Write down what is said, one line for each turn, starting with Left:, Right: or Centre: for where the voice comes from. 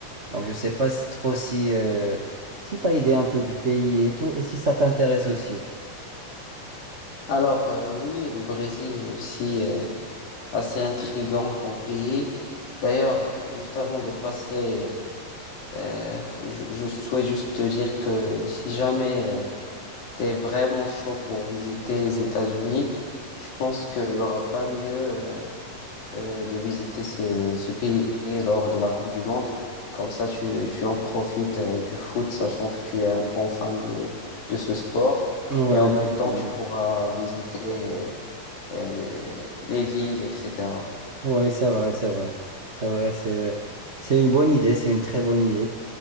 Right: Donc je sais pas si- trop si, euh, si tu as idée un peu du pays et tout, et si ça t'intéresse aussi.
Left: Alors, euh, oui, le Brésil est aussi euh, assez intrigant comme pays. D'ailleurs, euh, juste avant de passer, euh, je, je souhaite juste te dire que si jamais tu es vraiment chaud pour visiter les États-Unis, je pense qu'il n'y aura pas mieux euh, euh, de visiter ce, ce pays lors de la Coupe du Monde. Comme ça, tu, tu en profites euh, du foot, sachant que tu es un grand fan de, de ce sport.
Right: Ouais,
Left: Et en même
Right: effectivement.
Left: temps, tu pourras visiter euh, les, les villes, etc.
Right: Oui, c'est vrai, c'est vrai. C'est vrai, c'est c'est une bonne idée, c'est une très bonne idée.